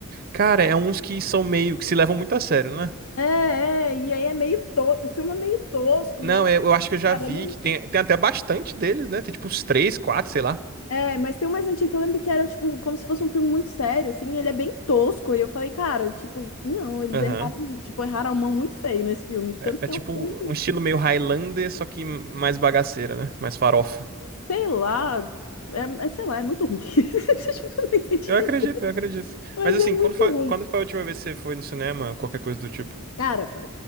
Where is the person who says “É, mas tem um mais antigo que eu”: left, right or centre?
Left